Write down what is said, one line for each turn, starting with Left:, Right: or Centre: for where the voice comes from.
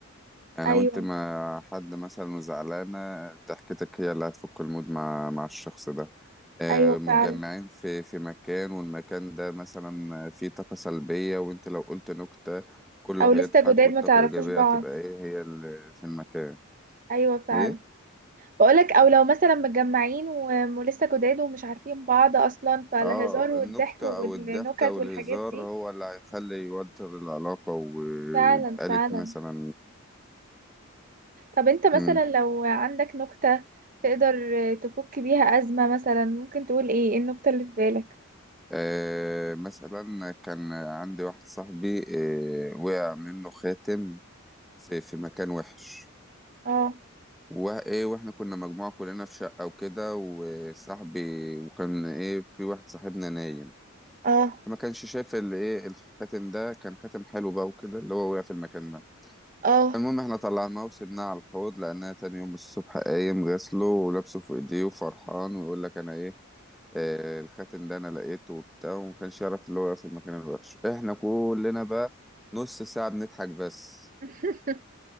Centre: يعني
Right: ايوه
Centre: لو انت مع حد مثلا وزعلانه ضحكتك هي اللي هتفك المود مع مع الشخص ده آه،
Right: ايوه
Centre: متجمعين
Right: فعلا
Centre: في في مكان والمكان ده مثلا فيه طاقة سلبية وانت لو قلت نكتة كله
Right: او لسه
Centre: هيضحك
Right: جداد
Centre: والطاقة
Right: ما تعرفوش
Centre: الإيجابية
Right: بعض
Centre: هتبقى ايه هي اللي في المكان
Right: ايوه فعلا
Centre: ايه
Right: بقولك او لو مثلا متجمعين و- ولسه جداد ومش عارفين بعض اصلا فالهزار
Centre: اه
Right: والضحك
Centre: النكتة
Right: والنكت
Centre: او الضحكة والهزار
Right: والحاجات دي
Centre: هو اللي هيخلي يوتر العلاقة ويبقالك
Right: فعلا فعلا
Centre: مثلا
Right: طب انت مثلا
Centre: مم.
Right: لو عندك نكتة تقدر تفك بيها أزمة مثلا ممكن تقول ايه ايه النكتة اللي في بالك
Centre: آه مثلا كان عندي واحد صاحبي آه وقع منه خاتم في في مكان وحش
Right: اه
Centre: وايه واحنا كنا مجموعة كلنا في شقة وكده وصاحبي وكان ايه في واحد صاحبنا نايم
Right: اه
Centre: فما كانش شايف اللي ايه الخاتم ده كان خاتم حلو بقى وكده اللي هو وقع في المكان ده
Right: اه
Centre: المهم احنا طلعناه وسبناه على الحوض لأنها تاني يوم الصبح قايم غسله ولابسه في ايديه وفرحان ويقول لك انا ايه آه الخاتم ده انا لقيته وبتاع وما كانش يعرف اللي هو وقع في المكان الوحش احنا كلنا بقى نص ساعة بنضحك بس
Right: <laughs>